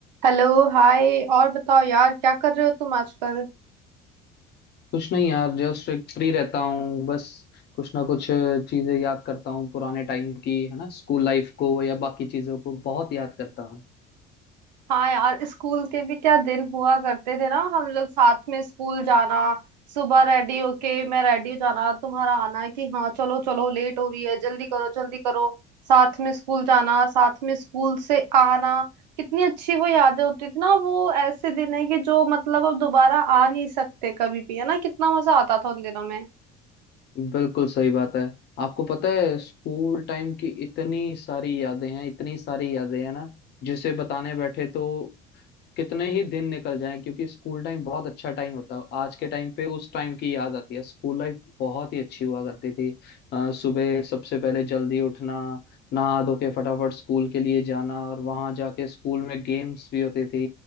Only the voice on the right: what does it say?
Hello Hi और बताओ यार क्या कर रहे हो तुम आजकल
हाँ यार स्कूल के भी क्या दिन हुआ करते थे ना हम लोग साथ में स्कूल जाना सुबह रेडी होके मैं रेडी हो जाना तुम्हारा आना कि हाँ चलो चलो लेट हो रही है जल्दी करो जल्दी करो साथ में स्कूल जाना साथ में स्कूल से आना कितनी अच्छी वो यादें होती थी ना वो ऐसे दिन है कि जो मतलब अब दोबारा आ नहीं सकते कभी भी है ना कितना मजा आता था उन दिनों में